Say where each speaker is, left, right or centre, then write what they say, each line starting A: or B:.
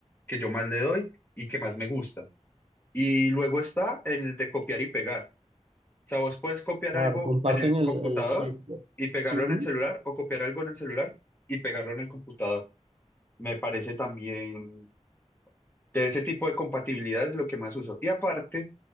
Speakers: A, on the left; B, on the right.
A: que yo más le doy y que más me gusta. Y luego está el de copiar y pegar. O sea, vos puedes copiar
B: Claro,
A: algo
B: comparten
A: en el
B: el,
A: computador
B: el clip. ¿no?
A: y pegarlo
B: Ujú,
A: en el celular o copiar algo en el celular y pegarlo en el computador. Me parece también de ese tipo de compatibilidad es lo que más uso. Y aparte,